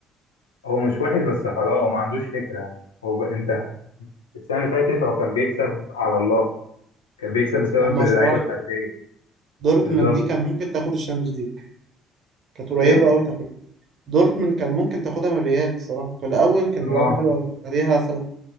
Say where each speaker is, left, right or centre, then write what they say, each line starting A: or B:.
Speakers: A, on the left; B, on the right.
A: هو مش وحش بس خلاص هو ما عندوش فكرة هو ب... انت السنة اللي فاتت هو كان بيكسب على الله كان بيكسب بسبب
B: هم الصراحة
A: اللعيبة الفردية
B: دورتموند
A: بالظبط
B: دي كان ممكن تاخد الشامبيونز ليج كانت قريبة
A: ايه
B: أوي تاخدها دورتموند كان ممكن تاخدها من الريال الصراحة في الأول كانوا
A: اه
B: بيلعبوا حلو أوي عليها فرق